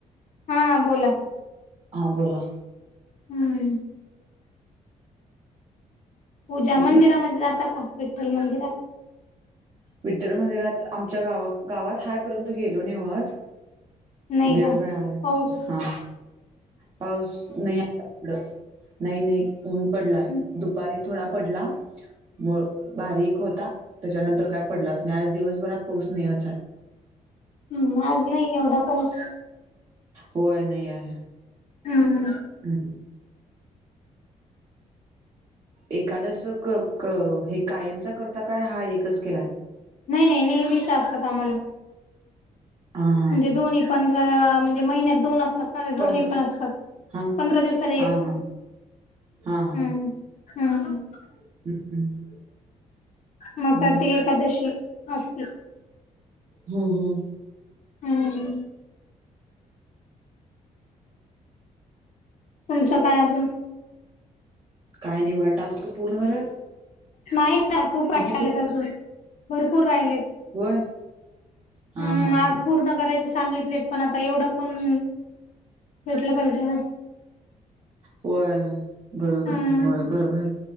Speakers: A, on the left; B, on the right.
A: हा बोला.
B: हा बोला.
A: हम्म. पूजा
B: हॅलो
A: मंदिरामध्ये जाता का विठ्ठल मंदिरात?
B: विठ्ठल मंदिरात आमच्या गाव गावात हाय परंतु गेलो नो आज.
A: नाही
B: वेळ
A: का
B: मिळाला नाही
A: पाऊस
B: हा पाऊस नाही नाही नाही ऊन पडलंय
A: हम्म
B: दुपारी थोडा पडला मुळ बारीक होता, त्याच्यानंतर काय पडलाच नाही आज दिवसभरात पाऊस नाहीच आहे.
A: म आज नाही एवढा पाऊस.
B: होय नाही हाय.
A: हम्.
B: <inaudible> एकादस क क हे कायमचा करता काय? हा एकच केलाय?
A: नाही नाही नेहमीच असतात आम्हाला.
B: हा हा
A: म्हणजे दोन्ही पंधरा म्हणजे महिन्यात दोन असतात. माझ्या दोन्ही
B: पंधरा
A: पण असतात.
B: हा
A: पंधरा दिवसाला एक.
B: हा हा हा हा
A: हम्म. हम.
B: <unintelligible>
A: म
B: हम्म
A: का ती एकादशी आसती.
B: हम्म हम्म.
A: हुंम्म. तुमच्या काय आजून?
B: काय नाही बघा टास्क तर पूर्ण झाल्यात?
A: नाही ना. खूप राहिलेत
B: किती पूर्ण
A: अजून, भरपूर राहिलेत.
B: होय. हा
A: हम्म
B: हा.
A: आज पूर्ण करायचे सांगितलेत पण आता एवढं कोण भेटलं पाहिजे ना.
B: होय, बरोबर
A: हम्म
B: होय. बरोबर आहे,